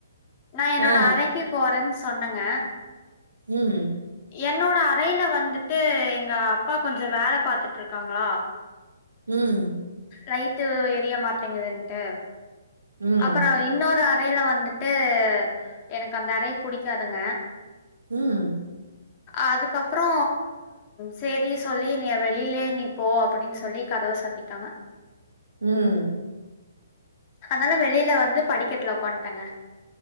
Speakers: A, on the left; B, on the right.
A: நான் என்னோட
B: ஆ
A: அறைக்கு போறன் சொன்னங்க
B: ம்
A: என்னோட அறையில வந்துட்டு எங்க அப்பா கொஞ்சோ வேல பாத்துட்டு இருக்காங்ளா
B: உம்
A: லைட்டு எரிய மாட்டேங்குதுன்ட்டு
B: ம்
A: அப்பறோ இன்னொரு அறையில வந்துட்டு எனக்கு அந்த அறைய புடிக்காதுங்க
B: ம்
A: அதுக்கப்பறோ செரி சொல்லி நீ வெளியிலயே நீ போ அப்டின்னு சொல்லி கதவ சாத்திட்டாங்க
B: ம்
A: அதனால வெளில வந்து படிக்கட்டல உக்காட்டேங்க